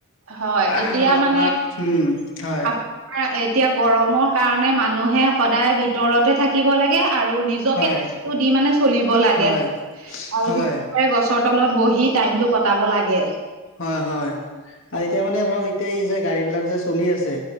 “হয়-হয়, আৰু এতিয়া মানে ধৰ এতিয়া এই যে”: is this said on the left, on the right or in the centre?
Left